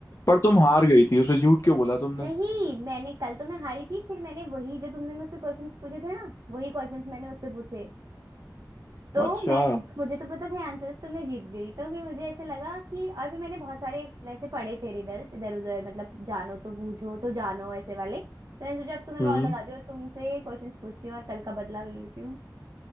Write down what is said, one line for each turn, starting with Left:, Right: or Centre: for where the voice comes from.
Left: पर तुम हार गई थी उसे झूठ क्यों बोला तुमने
Right: नहीं मैंने कल तो मैं हारी थी फिर मैंने वही जो तुमने मुझसे क्वेश्चंस पूछे थे ना वही क्वेश्चंस मैंने उससे पूछे तो
Left: अच्छा
Right: मैं मुझे तो पता थे आंसर्स तो मैं जीत गई तो फिर मुझे ऐसे लगा कि और फिर मैंने बहुत सारे वैसे पढ़े थे रिडल्स इधर उधर मतलब जानो तो बूझो तो जानो ऐसे वाले तो मैंने सोचा अब तुम्हें
Left: हम्म
Right: कॉल लगाती हूँ और तुमसे क्वेश्चंस पूछती हूँ और कल का बदला ले लेती हूँ